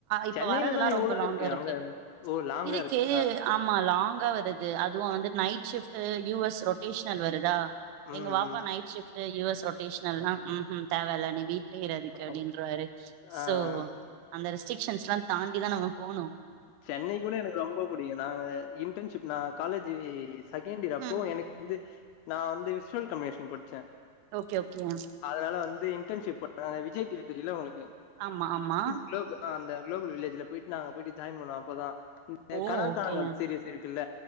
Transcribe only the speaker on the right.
இப்ப
வர்றதெல்லா
ரொம்ப
லாங்கா இருக்கு
இருக்கு
ஆமா லாங்கா வருது அதுவு வந்து night shift U S rotational வருதா
எங்க வாப்பா
நைட் ஷிப்ட யூ எஸ் ரொட்டேஷன் லாம் ம் ம் தேவ இலை நீ வீட் லே இரு அதுக்கு அப்படின்றவாரு
சோ அந்த ரெஸ்ட்ரிக்ஷன்ஸ் லா தாண்டிதா நம்ம போனும்
ம்
ஓகே ஓகே யா
ஆமா ஆமா
ஓ
ஓகே